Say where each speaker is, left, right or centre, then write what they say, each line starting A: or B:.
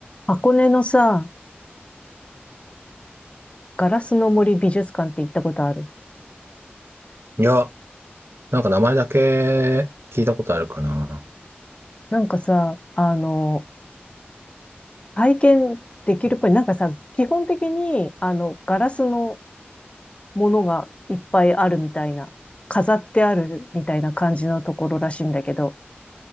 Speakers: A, on the left; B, on the right.
A: 箱根のさ、ガラスの森美術館って行ったことある
B: いや、なんか名前だけ聞いたことあるかな。
A: なんかさ、あの、体験できるっぽい。なんかさ、基本的に、あの、ガラスのものがいっぱいあるみたいな、飾ってあるみたいな感じのところらしいんだけど、